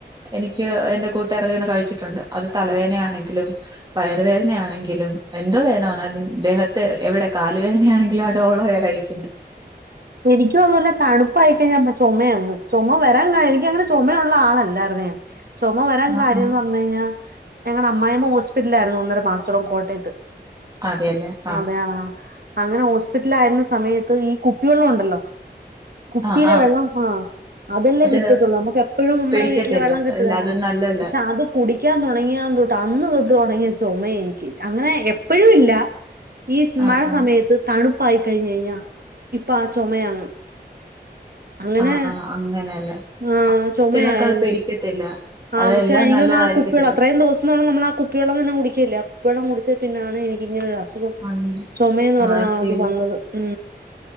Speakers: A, on the right; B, on the right.
A: എനിക്ക് എന്റെ കൂട്ടുകാര ഇങ്ങനെ കഴിച്ചിട്ടുണ്ട് അത് തലവേദനയാണെങ്കിലും വയ വേദനയാണെങ്കിലും എന്തോ വേദന വന്നാലും ദേഹത്ത് എവിടെ കാല് വേദനയാണെങ്കിലും ആ ടെളോയാ കഴിക്കുന്നത്
B: എനിക്കും അതുപോലെ തണുപ്പായി കഴിഞ്ഞാ ചുമ അങ് ചുമ വരാൻ എനിക്കങ്ങനെ ചുമയുള്ള ആളല്ലാഴിരുന്ന് ഞാൻ ചുമ വരാൻ
A: ആ
B: കാര്യന്ന്
A: ആ
B: പറഞ്ഞു കഴിഞ്ഞാൽ ഞങ്ങളുടെ അമ്മായിമ്മ ഹോസ്പിറ്റല ആയിരുന്നു ഒന്നര മാസത്തോളം കോട്ടയത്ത്
A: അതെല്ലേ ആ
B: അതെ അങ്ങനെ ഹോസ്പിറ്റലിൽ ആയിരുന്ന സമയത്ത് ഈ കുപ്പിവെള്ളം ഉണ്ടല്ലോ കുപ്പിയിലെ
A: ആ ആ
B: വെള്ളം ആഹ് അതല്ലേ
A: അത്
B: കിട്ടത്തുള്ളൂ നമുക്ക് എപ്പോഴും നമ്മടെ
A: പിടിക്കത്തില്ല
B: വീട്ടിലെ വെള്ളം കിട്ടുകാണോ
A: ഇല്ല അത് നല്ലല്ല
B: പക്ഷെ അത് കുടിക്കാൻ തുടങ്ങിയാതെന്ന് തൊട്ട് അന്ന് തൊട്ട് തുടങ്ങിയ ചുമ എനിക്ക് അങ്ങനെ എപ്പഴും ഇല്ല ഈ
A: ആഹ്
B: മഴ
A: ആഹ്
B: സമയത്ത് തണുപ്പായിക്കഴിഞ്ഞു കഴിഞ്ഞാ ഇപ്പാ ആ ചുമയാണ് അങ്ങനെ
A: ആഹ് ആഹ് അങ്ങനെയല്ലേ
B: ആഹ് ചുമയായങ്ങ്
A: ചിലർക്കത് പിടിക്കത്തില്ല
B: ആ
A: അതെല്ലാം
B: പക്ഷെ എനിക്കു
A: നല്ലതായിരിക്കത്തില്ല
B: തോന്നുന്നു ആ കുപ്പിവെള്ളം അത്രയും ദിവസ നമ്മള് ആ കുപ്പിവെള്ളം തന്നെ കുടിക്കില്ലേ ആ കുപ്പിവെള്ളം കുടിച്ച പിന്നാണ് എനിക്കിങ്ങനെ ഒരു അസുഖം
A: ഉം
B: ചുമന്ന് പറഞ്ഞ
A: ആഹ് ശരി
B: അത് വന്നത് ഉ